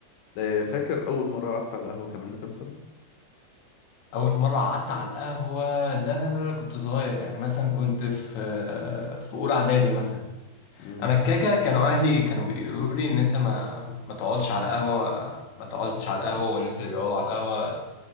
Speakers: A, on the left; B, on the left.
A: آه، فاكر أول مرة قعدت على القهوة كان عندك كام سنة؟
B: أول مرة قعدت على القهوة لا لا لا لا، كنت صغير يعني مثلا كنت في آه، في أولى إعدادي مثلا
A: مم.
B: أنا كده كده كانوا أهلي كانوا بيقولوا لي إن أنت ما ما تقعدش على قهوة ما تقعدش على القهوة والناس اللي بيقعدوا على القهوة